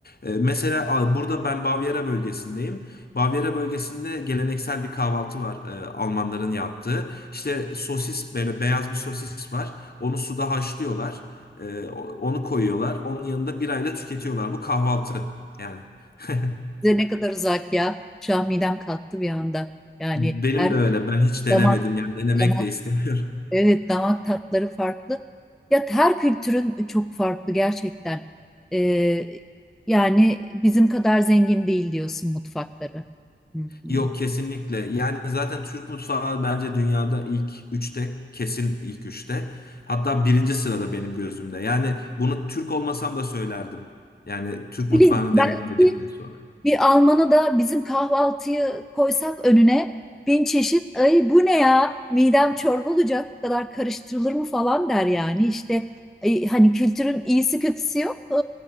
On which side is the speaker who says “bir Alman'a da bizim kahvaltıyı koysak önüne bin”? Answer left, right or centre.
Centre